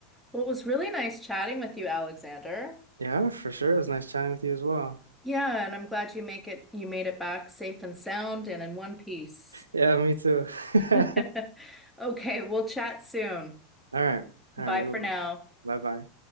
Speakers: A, in the centre; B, on the right.
A: Well, it was really nice chatting with you, Alexander.
B: Yeah, for sure. It was nice chatting with you as well.
A: Yeah, and I'm glad you make it you made it back safe and sound and in one piece.
B: Yeah, me too. <laughs>
A: <laughs> Okay, we'll chat soon.
B: All right.
A: Bye
B: All right, we
A: for
B: will.
A: now.
B: Bye bye.